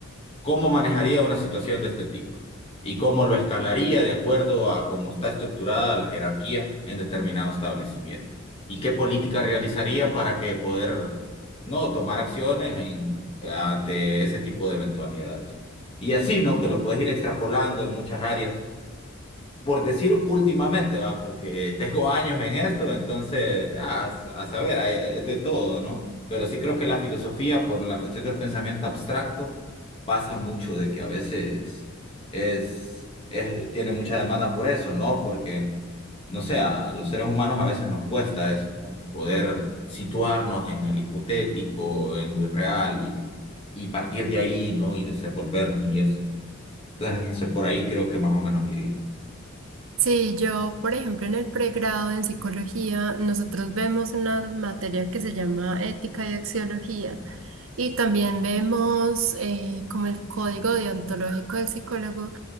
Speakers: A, on the left; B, on the right.
A: ¿Cómo manejaría una situación de este tipo? ¿Y cómo lo escalaría de acuerdo a cómo está estructurada la jerarquía en determinado establecimiento? ¿Y qué política realizaría para que poder no tomar acciones en- ante ese tipo de eventualidades? Y así, ¿no? Que lo puedes ir extrapolando en muchas áreas por decir últimamente, va, porque tengo años en esto, entonces, ah, a, saber, hay- es de todo, ¿no? Pero sí creo que la filosofía, por la cuestión del pensamiento abstracto, pasa mucho de que a veces es, es- tiene mucha demanda por eso, ¿no? Porque, no sé, a los seres humanos a veces nos cuesta eso, ¿no? poder situarnos en el hipotético, en lo irreal y, y partir de ahí, ¿no? Y desenvolvernos y eso. Entonces, no sé, por ahí creo que más o menos iría.
B: Sí, yo, por ejemplo, en el pregrado en psicología, nosotros vemos una materia que se llama ética y axiología. Y también vemos eh, como el código deontológico del psicólogo